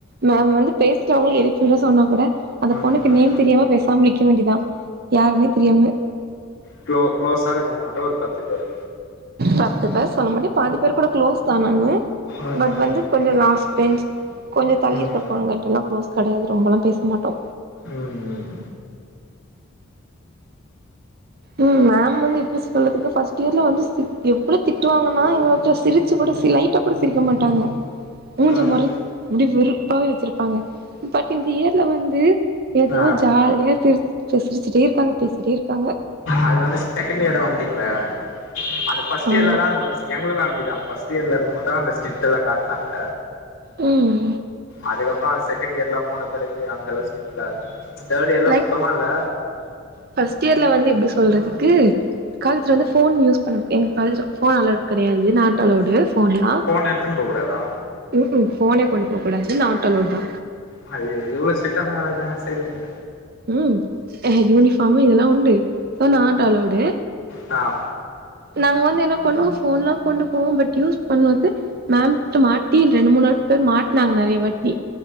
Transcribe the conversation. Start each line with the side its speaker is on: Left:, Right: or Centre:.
Right: மேம் வந்து பேசுறவங்க எழுப்பிவிட சொன்னா கூட அந்த
Left: ம்
Right: பொண்ணுக்கு நேம் தெரியாம பேசாம நிக்க வேண்டியதுதா யாருன்னே தெரியாம
Left: இவ்ளோ குளோஸா இருக்கவங்க மட்டு ஒரு பத்து பேரு
Right: பத்து பேர் சொல்ல மாட்டே பாதி பேர் கூட க்ளோஸ்டு ஆனாலுமே
Left: ம்
Right: பட் வந்து கொஞ்ச ஃபர்ஸ்ட் பென்ச் கொஞ்ச தள்ளி
Left: ம்
Right: இருக்கிற பொண்ணுங்க கிட்டலா க்ளோஸ் கெடையாது ரொம்பலா பேச மாட்டோ
Left: ம் ம்
Right: ம் மேம் வந்து எப்டி சொல்றதுக்கு பஃர்ஸ்ட் இயர்ல வந்து எப்படி திட்டுவாங்கன்னா எங்களுக்கிட்ட சிரிச்சி கூட சி லைட்டா கூட சிரிக்க மாட்டாங்க மூஞ்ச
Left: ம்
Right: பாரு அப்டி வெறுப்பாவே வச்சிருப்பாங்க பட் இந்த இயர்ல வந்து ஏதோ
Left: ஆ
Right: ஜாலியா சிரி சிரிச்சிட்டே இருக்காங்க பேசிட்டே இருக்காங்க
Left: அது வந்து செகண்ட் இயரா வந்ட்டீங்கள இல்ல அந்த ஃபர்ஸ்ட்
Right: ஆ
Left: இயர்ல தா அந்த எங்களுக்கு அப்படிதா ஃபர்ஸ்ட்டு இயர்ல இருக்கு மட்டு ஸ்டிக் காட்னாங்க
Right: ம்
Left: அதுக்கப்பறோ அது செகண்ட் இயர்லா போன பிறகு அந்த அளவுக்கு ஸ்ட்டா <inaudible> தேர்ட் இயர்ல
Right: லைக்
Left: சுத்தமா இல்ல
Right: ஃபர்ஸ்ட் இயர்ல வந்து எப்டி சொல்றதுக்கு காலேஜ்ல
Left: ம்
Right: வந்து போன் யூஸ் பண்ண எங்க காலேஜ்ல ஃபோன் அலோட் கடையாது நாட் அலோடு போன்லா
Left: ஃபோன் எடுத்துன்னு போ கூடாதா
Right: ம் ம் போனே கொண்டு போ கூடாது நாட் அலோட் தா
Left: <unintelligible> இவ்ளோ ஸ்ட்ரிக்ட்டான காலேஜ்ஜாங்க சேர்ந்தீங்க
Right: ம் அஹா யூனிஃபாம்மு இதல்லா உண்டு சோ நாட் அலோடு
Left: ஆ
Right: நாங் வந்து என்ன பண்ணுவோ போன்லா கொண்டு போவோ பட் யூஸ் பண்ணது மேம்ட்ட மாட்டி ரெண்டு மூணு ஆட் பேர் மாட்னாங்க நறைய வாட்டி